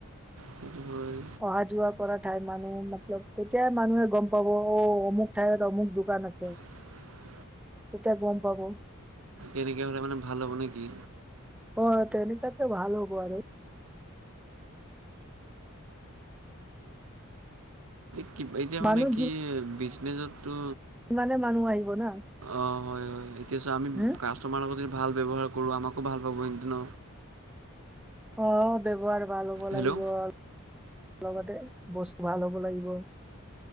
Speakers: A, on the right; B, in the centre.
A: সেইটো হয়
B: অহা যোৱা কৰা ঠাই মানুহ মতলব তেতিয়াই মানুহে গম পাব অ অমুক ঠাইত অমুক দোকান আছে।
A: <unintelligible>
B: তেতিয়া গম পাব।
A: এনেকে হ'লে মানে ভাল হ'ব নে কি?
B: অ তেনেকাত ভাল হ'ব আৰু।
A: কি এতিয়া
B: মানুহ
A: মানে কি বিজনেজতো
B: ইমানে মানুহ আহিব না।
A: অঁ হয় হয় এতিয়া চা আমি
B: হুম
A: কাষ্টমাৰ লগত ভাল ব্যৱহাৰ কৰোঁ আমাকো ভাল পাব ইহঁতে ন।
B: অ ব্যৱহাৰ ভাল হ'ব লাগিব
A: হেল্ল'
B: লগতে বস্তু ভাল হ'ব লাগিব।